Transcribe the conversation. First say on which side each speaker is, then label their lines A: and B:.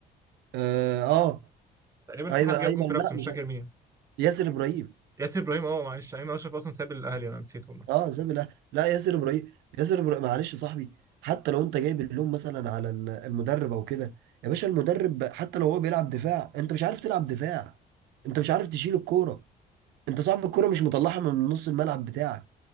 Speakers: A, on the right; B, on the right.
A: اه, آه
B: تقريبا
A: ايمن
B: في حد
A: ايمن
B: جاب جون في نفسه
A: لا
B: مش
A: مش
B: فاكر مين
A: ياسر ابراهيم
B: ياسر ابراهيم اه معلش ايمن اشرف اصلا ساب الاهلي انا نسيت والله
A: اه زي ما- لا لا ياسر ابراهيم ياسر ابراهيم معلش يا صاحبي حتى لو انت جايب اللوم مثلا على ال- المدرب او كده يا باشا المدرب حتى لو هو بيلعب دفاع انت مش عارف تلعب دفاع انت مش عارف تشيل الكوره انت صاحب الكوره مش مطلعها من نص الملعب بتاعك